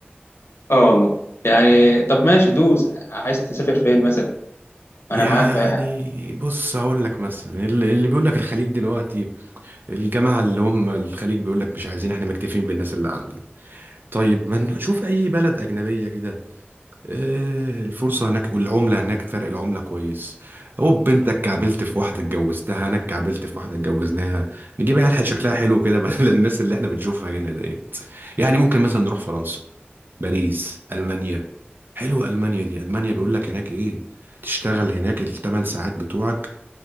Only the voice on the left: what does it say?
اه والله يعني طب ماشي دوس عايز تسافر فين مثلا
انا معاك في اي حاجه